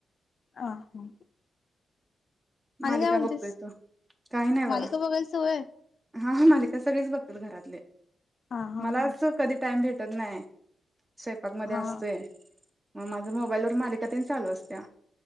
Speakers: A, on the left; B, on the right.
A: हा हा
B: मालिका
A: आणि काय म्हणतेस?
B: बघतोय तो काही नाही बघा
A: मालिका बघायल सवय
B: हा हा मालिका सगळीच बघतात घरातले.
A: हा हा
B: मला
A: हा
B: अस कधी टाइम भेटत नाही. स्वंपाक मध्ये
A: हा
B: असतोय. मग माझ मोबाईल वर मालिका त्यांनी चालू असत्या